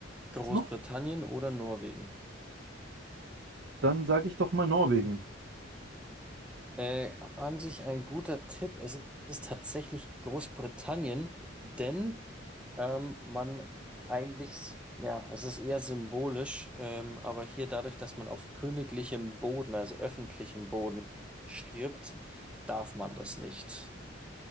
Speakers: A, in the centre; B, on the right (about 70°).
A: Großbritannien
B: Ist noch?
A: oder Norwegen?
B: Dann sage ich doch mal Norwegen.
A: Äh, an sich ein guter Tipp. Es ist tatsächlich Großbritannien, denn ähm, man eigentlich, s- ja, es ist eher symbolisch, ähm, aber hier dadurch, dass man auf königlichem Boden, also öffentlichem Boden stirbt, darf man das nicht.